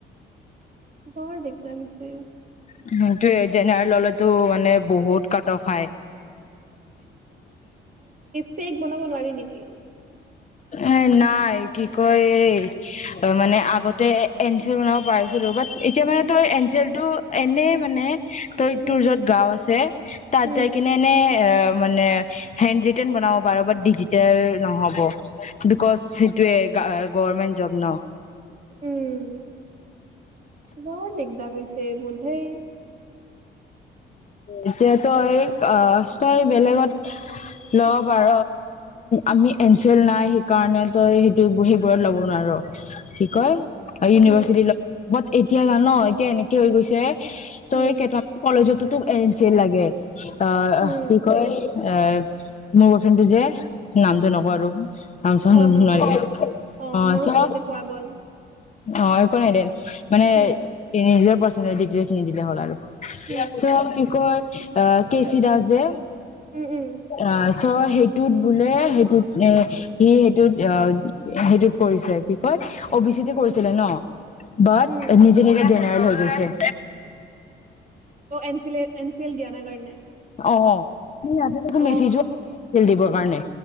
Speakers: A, on the right; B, on the left.
A: বৰ দিগদাৰ হৈছে
B: স জেনেৰেল হলেটো মানে বহুত কাটঅফ সাই
A: চেক বনাব নোৱাৰি নেকি
B: এ নাই কি কয় এই মানে আগতে এনচেল বনাব পাৰিছিলো ব এতিয়া মানে তই এনচেল টো এনে মানে তই
A: উম
B: তোৰ য'ত গাও আছে তাত
A: উম
B: যাই কিনে এনে এ মানে হেণ্ডঋতেন বনাব পাৰ বা ডিজিটেল নহ'ব বিকজ সেইটোয়ে গভমেন্ট জব ন
A: উম বৰ দিগদাৰ হৈছে এই বুলি ঢুই
B: এতিয়া তই তই বেলেগত লব পাৰ আমি এনচেল নাই সেইকাৰণেটো সেইটো সেইবোৰত ল'ব নোৱাৰো কি কয় ইউনিভৰ্ছিটি
A: উম
B: ল বাট এতিয়া জান এতিয়া এনেকে হৈ গৈছে ত
A: উম
B: এই কেইটা কলেজত কিটো এন চি ল লাগে অ
A: উম
B: কি কয় এ মোৰ বৰ বইফ্ৰেণ্ডটো যে নামটো নকওঁ আৰু চ
A: অ নকবি
B: ন অ
A: মোৰো
B: চব
A: ভুলতে কোৱা গ'ল
B: অ একো নাই দে মানে
A: উম
B: নিজৰ চিন নি দিলে হ'ল আৰু
A: উম
B: চ কি কয় অহ টো ছিৰাজ যে
A: উম উম
B: অ চ সেইটোত বোলে সেইটোত এ সি সেইটোত সেইটোত কৰিছে কি কয় অ বি চিটো কৰিছিলে ন বাট
A: উম
B: নিজে নিজে খাল হৈ গৈছে
A: অ চিলে এন চি এল দিয়া নাই কাৰণে
B: অ নি আতে দে কমেচি
A: অ
B: য আ ন তেল দিবৰ কাৰণে